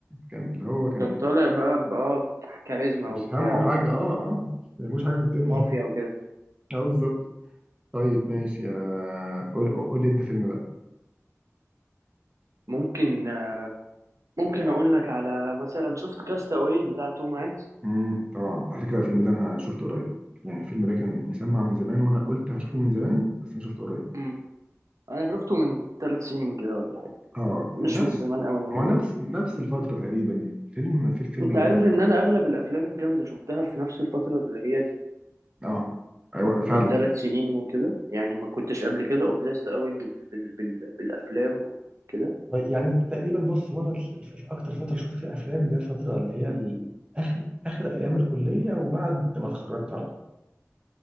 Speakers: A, on the right (about 20°); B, on the right (about 70°).
A: كان اللي هو كان
B: كان طالع بقى بقى كاريزما
A: مش
B: وبتاع
A: همه حاجة آه آه مش حاجة في الدنيا
B: ومافيا وكده
A: <laughs> آه بالظبط طيب ماشي يا قول قول لي أنت فيلم بقى
B: ممكن آه، ممكن أقول لك على مثلا شفت كاستاوي بتاع توم هانكس
A: امم طبعا على فكرة الفيلم ده أنا شفته قريب يعني الفيلم ده كان مسمع من زمان وأنا قلت هشوفه من زمان بس أنا شفته قريب
B: مم. أنا شفته من ثلاث سنين كده ولا حاجة
A: اه
B: مش
A: نفس
B: من زمان أوي يعني
A: ما
B: برضه
A: نفس نفس الفترة تقريبا فيلم في الفيلم
B: أنت
A: جميل
B: عارف
A: جدا
B: إن أنا أغلب الأفلام الجامدة شفتها في نفس الفترة اللي هي دي
A: اه ايوه فعلا
B: من ثلاث سنين وكده يعني ما كنتش قبل كده أوبليست أوي بال... بال... بال... بالأفلام وكده
A: والله يعني تقريبا بص هو انا ال- ال- اكتر فتره شفت فيها افلام اللي هي الفتره اللي هي ال- اخر اخر ايام الكليه وبعد ما اتخرجت على طول